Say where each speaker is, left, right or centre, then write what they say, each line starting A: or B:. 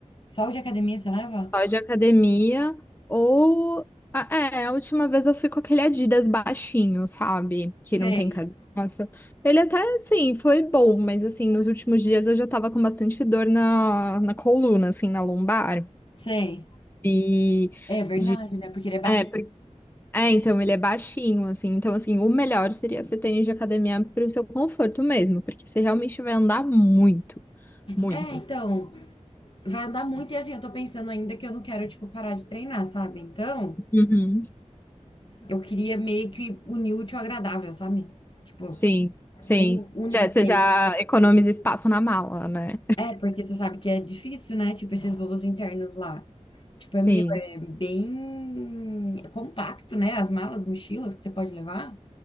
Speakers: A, on the left (about 40°); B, on the left (about 15°).
A: Só o de academia você leva?
B: Só de academia ou. Ah, é, a última vez eu fui com aquele Adidas baixinho, sabe? Que
A: Sei,
B: não tem carcaça. Ele até, sim, foi bom, mas assim, nos últimos dias eu já tava com bastante dor na, na coluna, assim, na lombar.
A: sei.
B: E.
A: É verdade,
B: De...
A: né? Porque ele é baixo.
B: É, por- é, então ele é baixinho, assim. Então, assim, o melhor seria você ter tênis de academia para o seu conforto mesmo, porque você realmente vai andar muito. Muito.
A: É, então, vai andar muito e assim, eu tô pensando ainda que eu não quero, tipo, parar de treinar, sabe? Então.
B: Uhum.
A: Eu queria meio que unir o útil ao agradável, sabe? Tipo,
B: Sim, sim.
A: um único
B: Já, você
A: tênis.
B: já economiza espaço na mala, né?
A: É, porque você sabe que é difícil, né? Tipo, esses voos internos lá. Tipo, é meu,
B: Sim,
A: é bem compacto, né? As malas, mochilas que você pode levar.